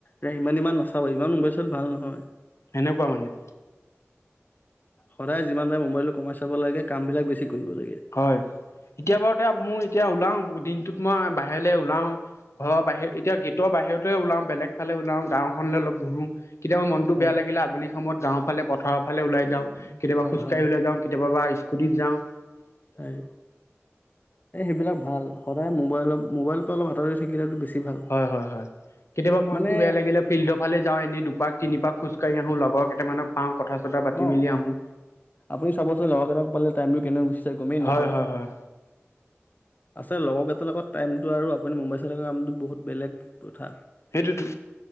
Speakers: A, on the left; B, on the left.
A: এ ইমান ইমান নাচাবা, ইমান মোবাইল চোৱাতো ভাল নহয়।
B: সেনেকোৱা মানে।
A: সদায় যিমান পাৰে, মোবাইলটো কমাই চাব লাগে। কামবিলাক বেছি কৰিব লাগে।
B: হয়। এতিয়া বাৰু তে মোৰ এতিয়া ওলাও। দিন তোক মই বাহিৰলৈ ওলাও। ঘৰৰ বাহিৰে এতিয়া গেট ৰ বাহিৰতে ওলাও, বেলেগ ফালে ওলাও, গাঁওখনলৈ অলপ ঘূৰোঁ। কেতিয়াবা মনটো
A: হয়।
B: বেয়া লাগিলে আবেলি সময়ত গাঁওফালে পথাৰৰ ফালে ওলাই
A: উম
B: যাওঁ কেতিয়াবা
A: হয়
B: খোজকাঢ়ি
A: হয়
B: ওলাই যাওঁ কেতিয়াবা বা স্কুটিত যাওঁ <unintelligible>
A: এই এই সেইবিলাক ভাল সদায় মোবাইলত মোবাইলৰ পৰা অলপ আঁতৰি থাকিলেতো বেছি ভাল।
B: হয় হয় হয় কেতিয়াবা মনতটো
A: মানে
B: বেয়া লাগিলে ফিল্ডৰ ফালে যাওঁ এনেই দুপাক তিনিপাক খোজ কাঢ়ি আহো লগৰ কেইটামানক পাওঁ কথা চথা পাতি
A: অ
B: মেলি আহোঁ
A: আপুনি চাবচোন লগৰ কেইটাক পালে টাইমটো কেনেকে গুচি যায় গমেই নাপায়
B: হয় হয় হয়
A: আছে লগৰকেইটা লগত টাইমটো আৰু আপুনি মোবাইল চাই থকা কামটো বহুত বেলেগ কথা
B: সেইটোতো